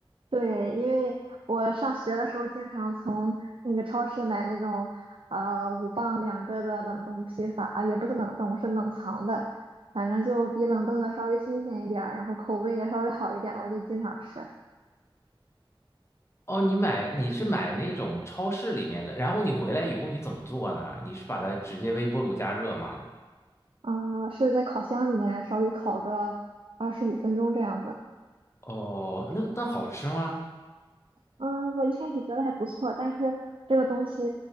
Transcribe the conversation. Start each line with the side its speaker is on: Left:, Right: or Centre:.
Right: 对，因为我上学的时候经常从那个超市买那种呃五磅两个的冷冻披萨啊，也不是冷冻，是冷藏的，反正就比冷冻的稍微新鲜一点儿，然后口味也稍微好一点儿，我就经常吃。
Left: 哦，你买你是买那种超市里面的，然后你回来以后你怎么做呢？你是把它直接微波炉加热吗？
Right: 嗯，是在烤箱里面稍微烤个二十五分钟这样子。
Left: 哦，那那好吃吗？
Right: 嗯，我一开始觉得还不错，但是这个东西